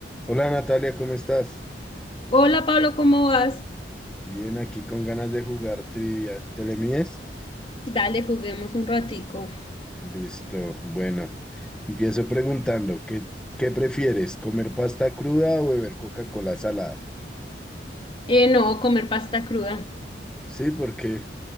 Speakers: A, in the centre; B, on the left.
A: Hola Natalia, ¿cómo estás?
B: Hola Pablo, ¿cómo vas?
A: Bien, aquí con ganas de jugar trivia. ¿Te le mides?
B: Dale, juguemos un ratico.
A: Listo, bueno. Empiezo preguntando, ¿qué, qué prefieres? ¿Comer pasta cruda o beber Coca-Cola salada?
B: Eh, no, comer pasta cruda.
A: Sí, porque...